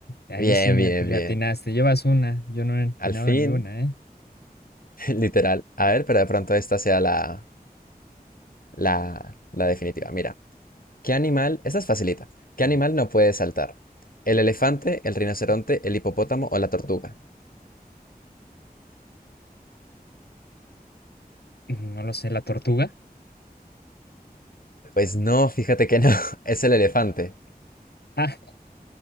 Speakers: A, on the left; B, on the left.
A: Ahí
B: Bien,
A: sí me
B: bien,
A: at- le
B: bien.
A: atinaste. Llevas una. Yo no he atinado
B: Al fin,
A: ni una, ¿eh?
B: <laughs> literal. A ver, pero de pronto esta sea la, La, la definitiva. Mira, ¿qué animal? Esta es facilita. ¿Qué
A: A
B: animal
A: ver,
B: no puede saltar? ¿El elefante, el rinoceronte, el hipopótamo o la tortuga?
A: no lo sé, la tortuga.
B: Pues no, fíjate que no, <laughs> es el elefante.
A: <laughs>